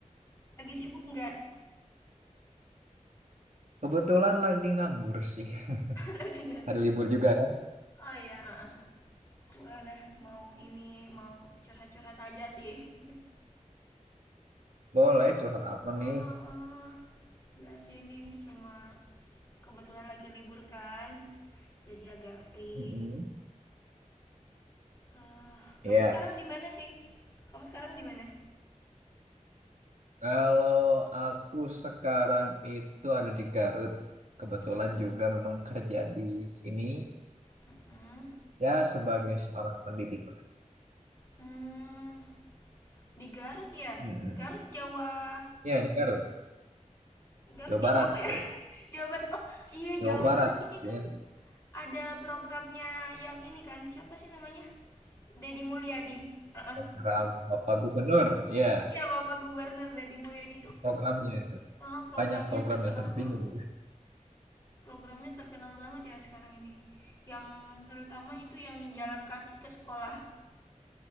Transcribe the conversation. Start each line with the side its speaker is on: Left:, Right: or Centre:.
Left: Lagi sibuk nggak?
Right: Kebetulan lagi nganggur sih.
Left: <laughs> Lagi
Right: <laughs>
Left: nganggur.
Right: Hari libur juga kan?
Left: Oh iya, ah. boleh deh. Mau ini, mau curhat-curhat aja sih. <laughs>
Right: Boleh curhat apa
Left: Eh,
Right: nih?
Left: eh, Nggak sih ini, cuma kebetulan lagi libur kan, jadi agak free.
Right: Mm-mm.
Left: Eh,
Right: Ya,
Left: kamu sekarang di mana sih? Kamu sekarang di mana?
Right: Kalau aku sekarang itu ada di Garut. Kebetulan
Left: Mm-mm,
Right: juga memang kerja di sini.
Left: mm-mm.
Right: Ya, sebagai seorang pendidik. lah.
Left: Hmm, di Garut ya?
Right: Mm-mm.
Left: Garut Jawa
Right: Ya, di Garut.
Left: Garut
Right: Jawa
Left: jauh
Right: Barat
Left: apa ya?
Right: itu.
Left: <laughs> Jawa Barat. Oh, iya
Right: Jawa
Left: Jawa
Right: Barat.
Left: Barat ini kan
Right: Ya.
Left: ada programnya yang ini kan. Siapa sih namanya? Deddy Mulyadi. Heeh.
Right: Program Bapak Gubernur. Ya,
Left: Iya, Bapak Gubernur Deddy Mulyadi itu
Right: programnya. itu.
Left: Heeh, programnya
Right: Banyak programnya.
Left: terkenal
Right: Sampai bingung.
Left: heeh. Programnya terkenal banget ya sekarang ini. Yang terutama itu yang jalan kaki ke sekolah.